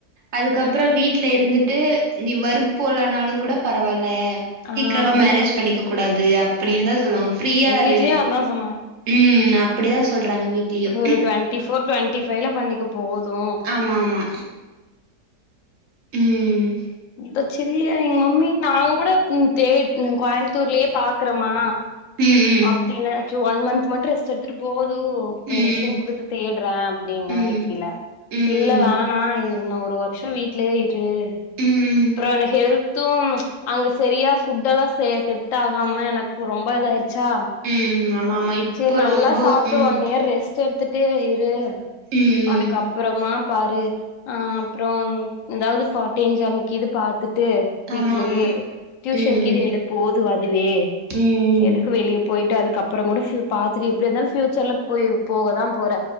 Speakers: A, on the right; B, on the left.
A: அதுக்கப்பறம் வீட்டுல இருந்து ட்டு நீ வறு போலானாலும் கூட பரவால்ல
B: ஆ
A: சீக்கிரமா
B: அப்டிதா
A: மேரேஜ்
B: சொல்றே
A: பண்ணிக்க கூடாது அப்பிடினு தான் சொல்வாங்க ஃப்ரீயாரு
B: எங்க வீட்லயு அதா சொன்னாங்க
A: உம் அப்டிதான் சொல்றாங்க வீட்லயும்
B: ஒரு டுவெண்ட்டி ஃபோர் டுவெண்ட்டி ஃபைவ்ல பண்ணிக்க போது
A: ஆமா ஆமா ம்
B: இத சிறிய எங்க மம்மி நான கூட தே கோயமுத்தூர்லயே பாத் க்கரமா
A: ம் ம்
B: அப்படின்னச்சு ஒன் மன்த் மட்டு ரெஸ் எடுத்துட்டு போதும் இப்ப
A: ம்
B: ரிஷயூம் குடுத்து தேடுறேன் அப்படின் நா
A: ம்
B: இட்டில
A: ம் ம்
B: இல்ல வோன் நான் இன்னும் ஒரு வருஷம் வீட்டு <unintelligible> தழ் <unintelligible>
A: ம் ம்
B: அப்றோ எனக்கு ஹெல்தும் அங்க சரியா ஃபுட்டெல்லாம் செ செட் ஆகாம எனக்கு ரொம்ப இதாயிடுச்சு சா
A: ம் ஆமா ஆமா இப்போ
B: சேரி நல்லா
A: ரொம்ப
B: சாப்பிட்டு
A: ம்
B: ஒன் இயர் ரெஸ் சேர்து பட்டு இரு
A: ம் ம்
B: அதுக்கப்புறமா பாரு ஆஹ அப்புறம் ஏதாவது பா பெஞ்சம் இது பாத் வித்துட்டு வீடலேயே
A: ஆமா ஆமா
B: டியூஷன்
A: ம்
B: கீது எடு போதும் அதுவே
A: ம் ம்
B: எதுக்கு வெளிய போயிட்டு அதுக்குக்கப்புறம் கூட பாத்துட்டு எப்படி இருந்தாலும் பியூச்சர்ல போய் போகதான் போற